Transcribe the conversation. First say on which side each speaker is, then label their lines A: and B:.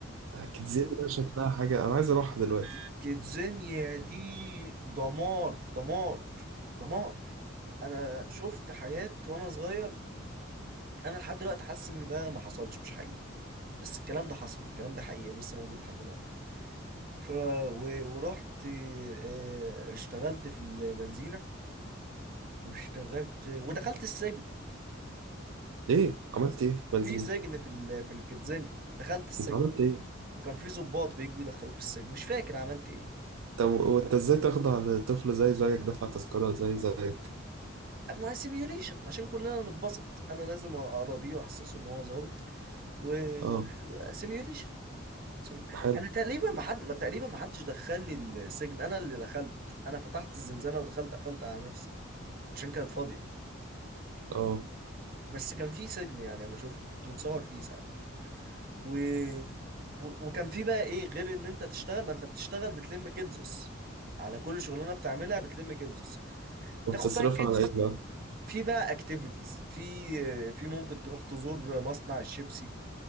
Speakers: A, on the right (about 80°); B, on the right (about 45°).
A: كانت زي بقى شكلها حاجه انا عايز اروحها دلوقتي
B: وكتزانيا دي دمار دمار دمار انا شفت حاجات وانا صغير انا لحد دلوقتي حاسس ان ده ما حصلش مش حقيقي بس الكلام ده حصل والكلام ده حقيقي ولسه موجود لحد دلوقتي ف و... ورحت آه، اشتغلت في البنزينة واشتغلت ودخلت السجن
A: ايه عملت ايه في البنزين
B: في سجن في ال... في الكتزاني دخلت السجن
A: انت عملت ايه
B: وكان في ضباط بييجوا يدخلوك السجن مش فاكر عملت ايه
A: طب وانت ازاي تخضع لطفل زي زيك دفع تذكرة زي زيك
B: اما سيميوليشن عشان كلنا نتبسط انا لازم اراضيه واحسسه ان هو ظابط و...
A: اه
B: و... سيميوليشن سو-
A: حلو
B: انا تقريبا ما حد ما تقريبا ما حدش دخلني السجن انا اللي دخلت انا فتحت الزنزانه ودخلت قفلت على نفسي عشان كانت فاضيه
A: اه
B: بس كان في سجن يعني انا شفته كنت متصور فيه ساعتها و... و- وكان في بقى ايه غير ان انت تشتغل ما انت بتشتغل بتلم كيدزوس على كل شغلانه بتعملها بتلم كيدزوس
A: وبتصرفها
B: تاخد بقى الكيدزوس
A: على ايه بقى
B: دي في بقى اكتيفيتيز في في ممكن تروح تزور مصنع الشيبسي